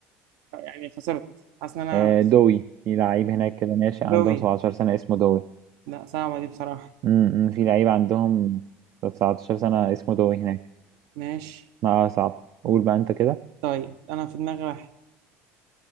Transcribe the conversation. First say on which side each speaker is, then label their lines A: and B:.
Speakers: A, on the right; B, on the right.
A: يعني خسرت حاسس ان انا
B: آه دوي في لعيب هناك كده ناشئ عندهم
A: دوي
B: 17 سنة اسمه دوي
A: لا صعبة دي بصراحة
B: امم في لعيب عندهم 19 سنة اسمه دوي هناك
A: ماشي
B: ما آه صعب قول بقى انت كده
A: طيب انا في دماغي واحد